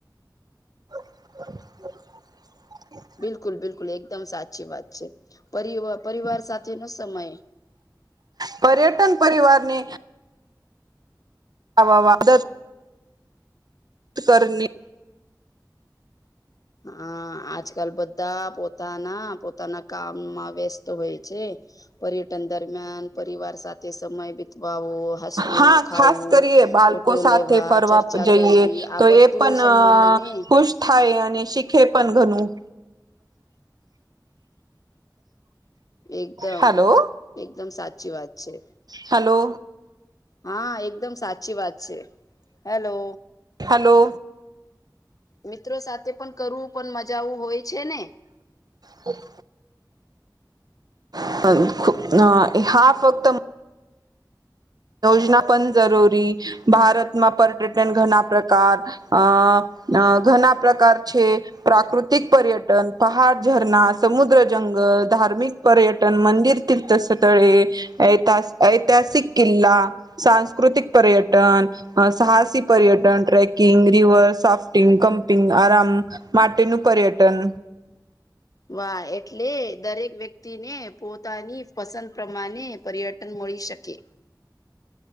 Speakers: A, on the right; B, on the left.
A: <inaudible>
B: બિલકુલ બિલકુલ એકદમ સાચી વાત છે પર પરિવાર સાથે નો સમય
A: પર્યટન પરિવાર ને આવા વાદ કરની
B: હા આજકાલ બધા પોતાના પોતાના કામમાં વ્યસ્ત હોય છે. પર્યટન દરમિયાન પરિવાર સાથે સમય વિતા હસવું
A: હા
B: ખાવું
A: ખાસ કરીએ બાળકો
B: ફોટો
A: સાથે
B: લેવા
A: ફરવા
B: ચર્ચા
A: જઈએ
B: કરવી આ
A: તો એ
B: બધ
A: પણ
B: સંબંધને
A: ખુશ થાય અને શીખે પણ ઘણું
B: એકદમ
A: હલો
B: એકદમ સાચી વાત છે.
A: હલો
B: હા એકદમ સાચી વાત છે હેલો
A: હલો
B: મિત્રો સાથે પણ કરવું પણ મજા આવું હોય છે ને?
A: ઓ <inaudible> <unintelligible> હા ફક્ત યોજના પણ જરૂરી ભારતમાં પર્યટન ઘણા પ્રકાર અ અ ઘણા પ્રકાર છે પ્રાકૃતિક પર્યટન પહાડ જર સમુદ્ર જંગલ ધાર્મિક પર્યટન મંદિર તીર્થ સ્થળે ઐતા ઐતાહાસિક કિલ્લા સાંસ્કૃતિક પર્યટન અ સાહસી પર્યટન ટ્રેકિંગ રિવર સાફ્ટિંગ કમ્પિંગ આરામ માટેનું પર્યટન
B: વાહ એટલે દરેક વ્યક્તિને પોતાની પસંદ પ્રમાણે પર્યટન મળી શકે